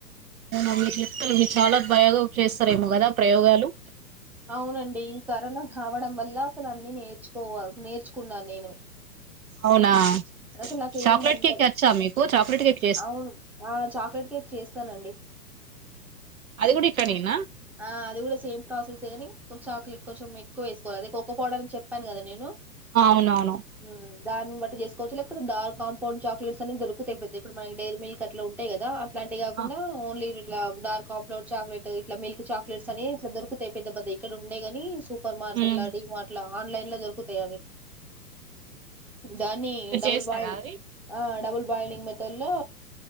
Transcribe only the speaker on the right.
అవునా మీరు చెప్తారు మీరు చాలా బాయాగా చేస్తారేమో కదా ప్రయోగాలు
అవునా
చాక్లేట్
కేక్ అచ్చా మీకు చాక్లేట్ కోక్
అది కూడా ఇట్లనేన
అవునవును
ఆ,
ఉమ్.
మీరు
చేస్తారా
అవి